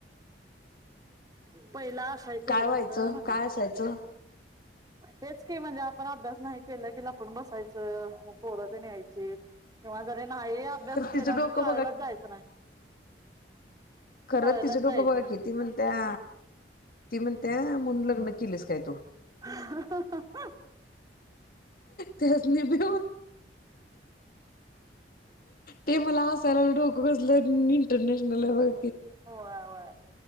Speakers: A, on the right (about 20°); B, on the left (about 55°).
A: पहिला असायचं
B: काय
A: गत
B: व्हायचं
A: अस म्ह
B: काय असायचं
A: हेच क म्हणजे आपण अभ्यास नाही केला कि पण बसायचं पोरद न यायचे किंवा जरी नाही अभ्यास
B: खरं
A: केला
B: तिचं डोकं
A: तरी शाळेलाच जायचं नाही
B: खरच
A: शाळेलाच
B: तिचं डोकं
A: जायचं
B: बघा
A: नाही
B: की ती म्हणत्या ती म्हणत्या म्हणून लग्न केलेस काय तू
A: हं‌ हं
B: त्याच निभे ते मला हसायला म डोक बसलं इंटरनॅशनल वर
A: हो य